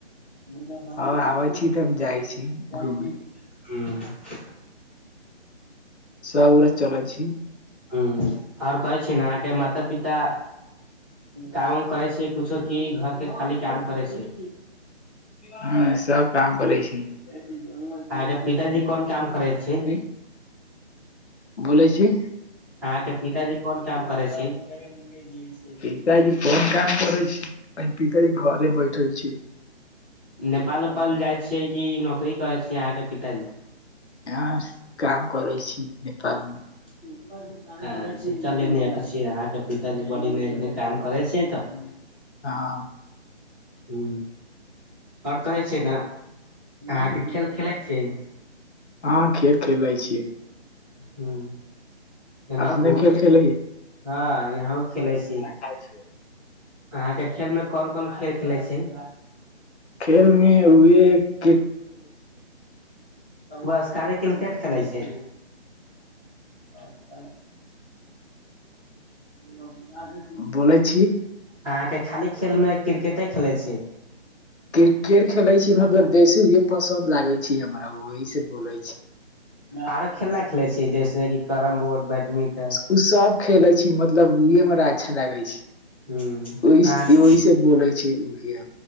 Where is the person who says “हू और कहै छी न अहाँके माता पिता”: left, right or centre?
Centre